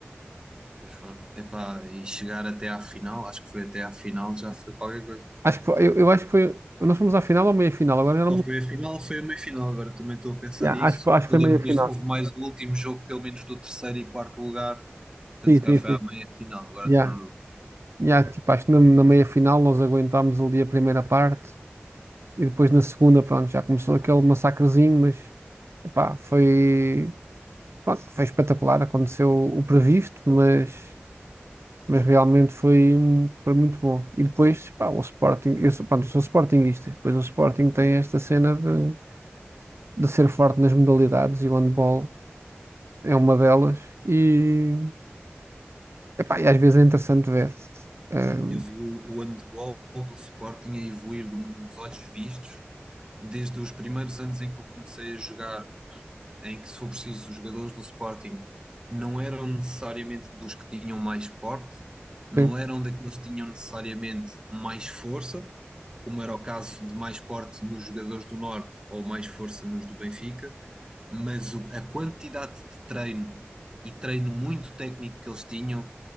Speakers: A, on the right (about 20°); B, on the right (about 80°).
A: Pois foram. Epá, e chegar até à final, acho que foi até à final, já foi qualquer coisa.
B: Acho que foi- eu, eu acho que foi. Nós fomos à final ou à meia final? Agora já não
A: Ou
B: me.
A: foi a final, ou foi a meia-final. Agora também estou a pensar
B: Yeah,
A: nisso.
B: acho, que foi- acho que
A: Eu
B: foi
A: lembro
B: meia
A: que
B: final.
A: depois houve mais o último jogo, pelo menos do terceiro e quarto lugar. Portanto,
B: Sim,
A: se calhar
B: sim,
A: foi
B: sim.
A: à meia-final. Agora
B: Yeah.
A: estou na dúvida.
B: Yeah, tipo, acho que na, na meia final nós aguentámos ali a primeira parte E depois na segunda, pronto, já começou aquele massacrezinho, mas epá, foi, pronto, foi espetacular. Aconteceu o previsto, mas, mas realmente foi, foi muito bom. E depois, pá, o Sporting, eu sou, pronto, eu sou sportinguista. Depois o Sporting tem esta cena de, de ser forte nas modalidades e o handball é uma delas. E, epá, e às vezes é interessante ver. Eh,
A: Eu vi o, o handball do Sporting a evoluir de uns olhos vistos desde os primeiros anos em que eu comecei a jogar. em que, se for preciso, os jogadores do Sporting não eram necessariamente dos que tinham mais porte, não
B: sim,
A: eram daqueles que tinham necessariamente mais força, como era o caso de mais porte nos jogadores do Norte ou mais força nos do Benfica, mas o- a quantidade de treino e treino muito técnico que eles tinham,